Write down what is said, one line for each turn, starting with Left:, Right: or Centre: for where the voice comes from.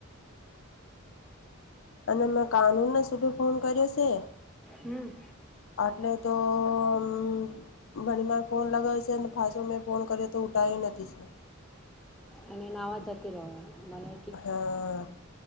Left: અને મેં કાનૂનને સીધો ફોન કર્યો છે.
Centre: હમ
Left: આટલે તો અમ બેનને ફોન લગાવે છે ને પાછો મેં ફોન કર્યો તો ઉઠાયો નથી છે.
Centre: અને નાવા જતી રહો અને
Left: હા